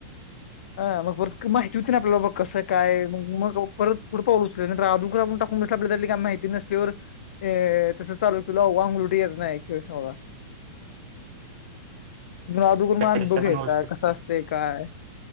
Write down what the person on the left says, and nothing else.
अ मग परत माहिती होती ना आपल्याला बघ कसं कायग मग परत पुढ पाऊ उचल नंतर टाकून बस आपली काही माहिती नसल्यावर अ तसं चालू केलंगलुटी येत नाही खेळ सा जु दोकून मान
बघ्यायचा
आहे कसं असते काय